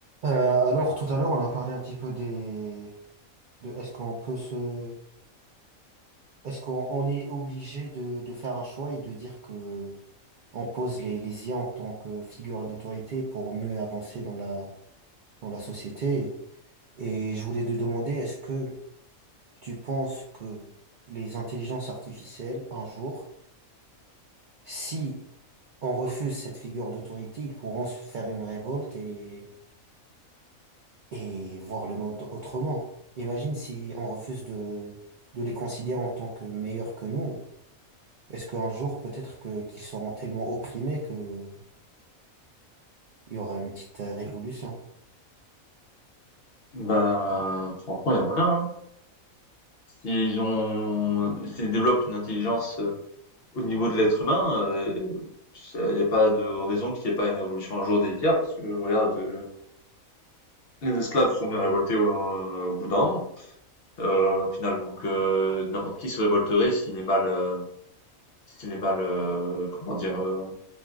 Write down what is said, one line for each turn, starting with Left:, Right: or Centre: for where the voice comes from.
Right: Euh, alors, tout à l'heure, on a parlé un petit peu des... de est-ce qu'on peut se... Est-ce qu'on on est obligé de, de faire un choix et de dire que on pose les, les IA en tant que figure d'autorité pour mieux avancer dans la, dans la société? Et je voulais te demander, est-ce que tu penses que les intelligences artificielles, un jour, si on refuse cette figure d'autorité, ils pourront se faire une révolte et et voir le monde autrement. Imagine si on refuse de, de les considérer en tant que meilleurs que nous. Est-ce qu'un jour, peut-être que qu'ils seront tellement opprimés que il y aura une petite euh, révolution?
Left: Bah, franchement, il y a moyen, hein. S'ils ont, s'ils développent une intelligence euh, au niveau de l'être humain, euh, il n'y a pas de raison qu'il n'y ait pas une révolution un jour des IA, parce que regarde, euh, les esclaves se sont bien révoltés euh, au, bout d'un moment, euh, au final. Donc euh, n'importe qui se révolterait s'il est mal, euh, s'il est mal, euh, comment dire, euh,